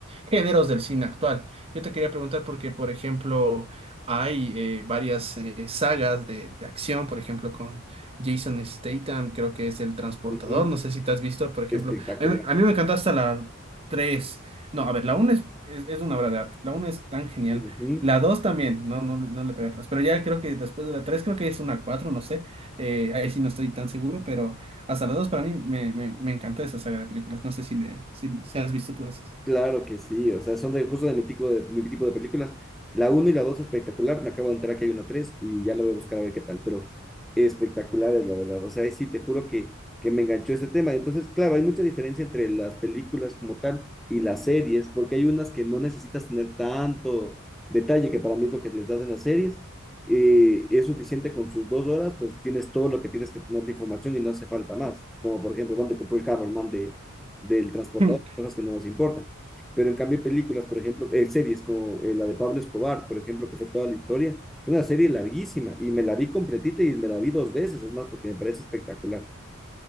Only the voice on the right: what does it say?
géneros del cine actual. Yo te quería preguntar porque, por ejemplo, hay eh, varias eh, sagas de, de acción, por ejemplo, con Jason Statham, creo que es El Transportador,
no sé si te has visto, por ejemplo,
a mí, me a mí me encanta hasta la 3, no, a ver, la 1 es, es, es una obra de arte, la 1 es tan genial,
la 2 también, no, no, no le pega atrás, pero ya creo que después de la 3 creo que es una 4, no sé. Eh, ahí sí no estoy tan seguro, pero hasta las dos para mí me, me, me encanta esa saga de películas. No sé si, le, si, si has visto tú esas.
<laughs>